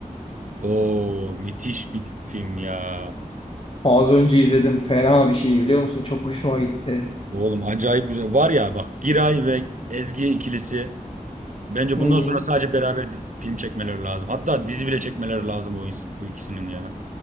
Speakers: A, on the right; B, on the left.
A: Oo müthiş bir film ya.
B: Az önce izledim. Fena bir şey biliyor musun? Çok hoşuma gitti.
A: Oğlum acayip güzel. Var ya bak Giray ve Ezgi ikilisi. Bence
B: Hmm.
A: bundan sonra sadece beraber di- film çekmeleri lazım. Hatta dizi bile çekmeleri lazım bu, ins- bu ikisinin ya.